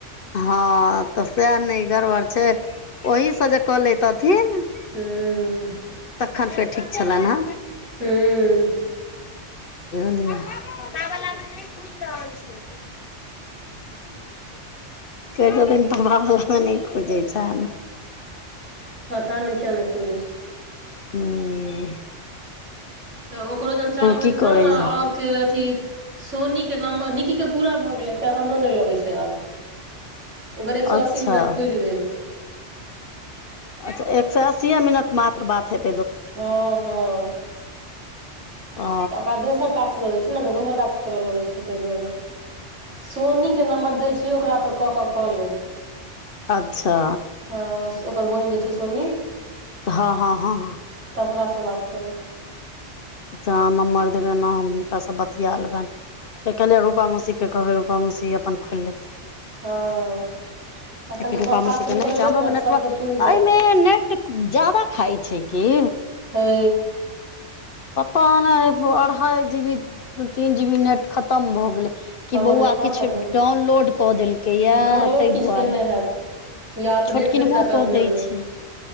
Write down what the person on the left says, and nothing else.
हँ तऽ सैह नय गड़बड़ छै, ओहिसँ जे कऽ लैतथिन।
तखन फेर ठीक छले ने?
<unintelligible> नइ खुइज़ रहल छैय। कहय छथिन भाभो नै खुजय छैन?
हुं
की करै
अच्छा
अच्छा एक सौ अस्सीेये मिनट मात्र बात हेत
ओ
अच्छा
हँ- हँ- हँ-हं।
ज अहाँ नम्बर देबै न हम हुनका सँ बतिया लेबैन। त कहलिय रूपा मौसी के कहबै रूपा मौसी अपन खोइल लेतै।
एक
रूपा
मे त त <unintelligible>
नै छै
हमरा
मे नेटवर्क
एहि मे नेट। जादा खाय छैइ की।
पता नइ अढ़ाई जी बी तीन जी बी नेट खतम भऽ गेलैय। कि
बौआ
किछ
डाउनलोड कऽ देलकैय यै
तइ
दुआरे।
छोट
किनमो
कऽ दै
छैय